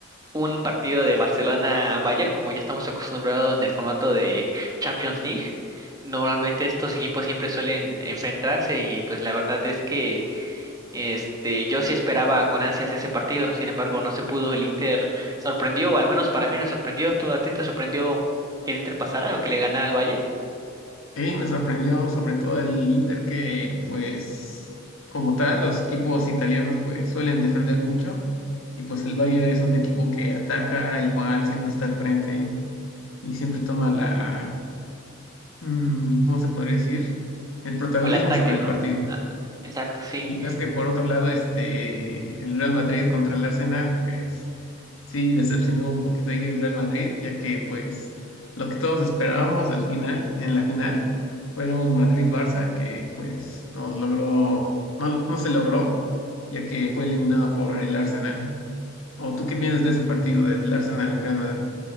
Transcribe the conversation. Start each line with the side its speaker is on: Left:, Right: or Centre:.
Right: un partido de Barcelona-Bayern, como ya estamos acostumbrados en el formato de Champions League. Normalmente estos equipos siempre suelen enfrentarse y pues la verdad es que Este, yo sí esperaba con ansias ese partido, sin embargo, no se pudo. El Inter sorprendió, o al menos para mí me sorprendió. ¿Tú a ti te sorprendió que el Inter pasara o que le ganara al Bayern?
Left: Sí, me sorprendió sobre todo el Inter que pues como tal los equipos italianos pues suelen defender mucho y pues el Bayern es un equipo que ataca igual, siempre está al frente y siempre toma la, mm, ¿cómo se podría decir? El protagonismo
Right: Como el ataque,
Left: sobre
Right: ¿no?
Left: el partido.
Right: Ah, exacto,
Left: Y
Right: sí.
Left: ves que por otro lado, este, el Real Madrid contra el Arsenal, pues sí, decepcionó un poquito ahí el Real Madrid, ya que pues lo que todos esperábamos al final, en la final, fue un Madrid-Barça que pues nos logró, no, no se logró, ya que fue eliminado por el Arsenal. ¿O tú qué piensas de ese partido, del Arsenal-Real Madrid?